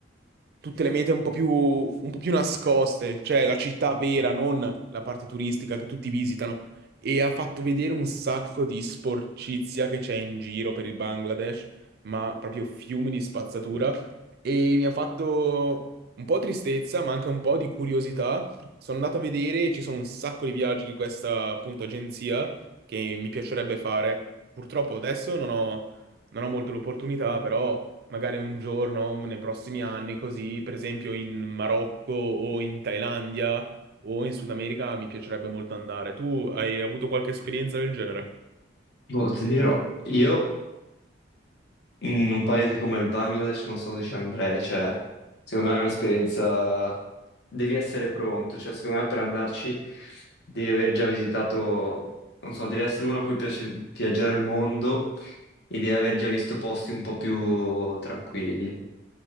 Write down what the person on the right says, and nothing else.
tutte le mete un po' più, un po' più nascoste, cioè la città vera, non la parte turistica che tutti visitano. E ha fatto vedere un sacco di sporcizia che c'è in giro per il Bangladesh ma proprio fiumi di spazzatura e mi ha fatto un po' tristezza, ma anche un po' di curiosità. Sono andato a vedere, ci sono un sacco di viaggi di questa appunto agenzia che mi piacerebbe fare. Purtroppo adesso non ho, non ho molto l'opportunità, però magari un giorno, nei prossimi anni, così, per esempio in Marocco o in Thailandia o in Sud America mi piacerebbe molto andare. Tu hai avuto qualche esperienza del genere?